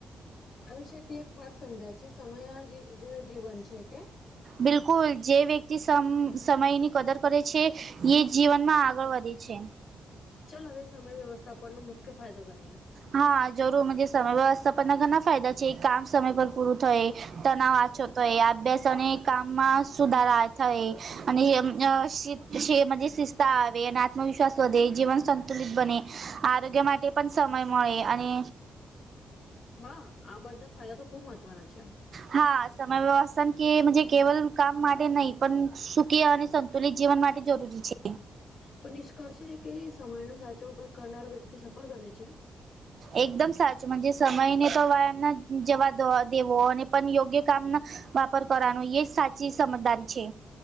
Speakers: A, on the left; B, on the right.
A: આ વિષ થી એક વાત સમજાય છે સમય જે જીવન છે કે
B: બિલકુલ જે વ્યક્તિ સમ સમયની કદર કરે છે. એ જીવનમાં આગળ વધે છે.
A: ચાલ હવે સમય વ્યવસ્થાપન ન મુખ્ય ફાયદો ગણીએ
B: હા જરૂરજ સમય વ્યવસ્થાપના ઘણા ફાયદા છે કામ સમય પર પૂરું થાય. તનાવ આછો તો એ અભ્યાસ અને કામમાં સુધારા થાય. અને શ શિસ્તા આવે આવે અને આત્મવિશ્વાસ વધે જીવન સંતુલિત બને આરોગ્ય માટે પણ સમય મળે અને
A: હા આ બધા ફાયદા તો ખુબ મહત્વના છે આમ
B: હા સમય વ્યવથા કે કેવલ કામ માટે નહી પણ સુખી અને સ તો લ જીવન માટે જરૂરી છે.
A: તો નિષ્કર્ષ છે કે સમયનો સાચો ઉપયોગ કરનારો વ્યક્તિ સફળ બને છે.
B: એકદમ સાચુંજ સમયને તો વ્યાયામ ના જવા દ દેવો અને પણ યોગ્ય કામ ના વાપર કરવાનું એ સાચી સમજદારી છે.